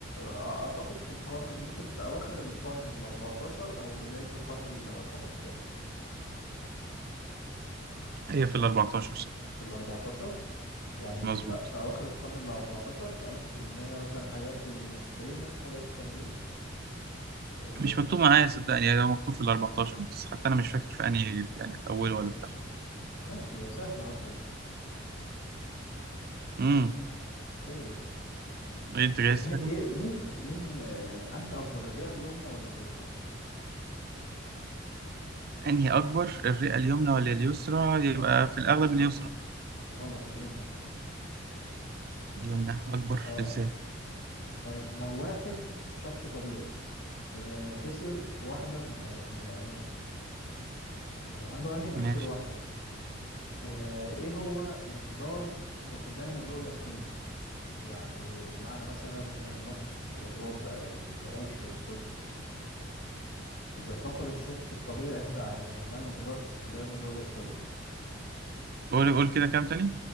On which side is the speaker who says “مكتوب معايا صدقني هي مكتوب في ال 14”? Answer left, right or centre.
Right